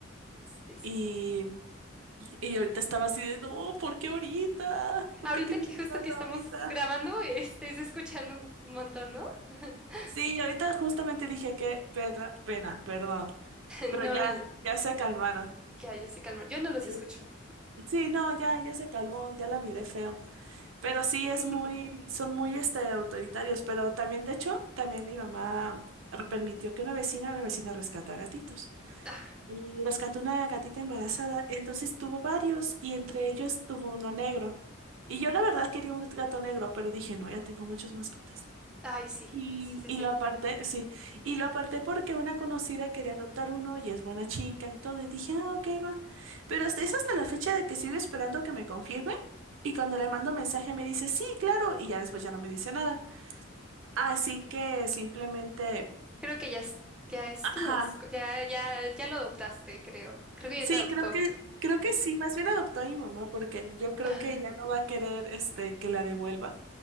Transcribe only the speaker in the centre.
Sí, sí,
sí.
Ahorita
que
justo
que estamos
grabando, este, se escuchan un montón, ¿no? <laughs>
No,
no,
que hay se calmar. Yo no los
escucho.
<laughs>
Ajá.
Ay, sí,
sí,
sí, sí.
Creo que ya es, ya es
tu mascota. Ya, ya, ya lo adoptaste, creo. Creo que
ya te adoptó.
Ajá.